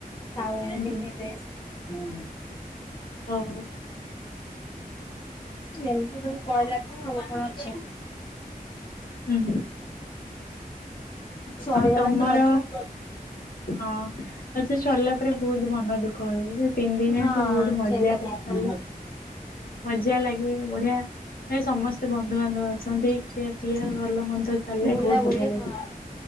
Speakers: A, on the left; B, on the left.
A: ଆଉ
B: ହୁଁ
A: ଦିନେ
B: ହୁଁ
A: ଡ୍ରେସ୍।
B: ହଉ
A: ଏମିତି ତମେ ପାଇଲା କୁ ତୁମେ କଣ ଅଛ।
B: ହୁଁ ହୁଁ
A: ସରିଗଲା
B: ଆଉ ତମର
A: ତ ରଜ।
B: ହଁ ଆଉ ସେ ସରିଲା ପରେ ବହୁତ ମନ ଦୁଃଖ ହବ, ସେ ତିନି ଯାଙ୍କ
A: ହଁ
B: ବହୁତ ମଜା
A: ଠିକ
B: ଚାଲେ
A: କଥା
B: ମଜା ଲାଗେ ବଢିଆ ଏ ସମସ୍ତେ ବନ୍ଧୁବାନ୍ଧବ ଅଛନ୍ତି। ପିଆ ଭଲ ମନ୍ଦ ଚାଲିଲେ
A: ବୁଲାବୁଲି
B: ବହୁତ ବଢିଆ ଲାଗେ
A: ହଁ।
B: ଲ,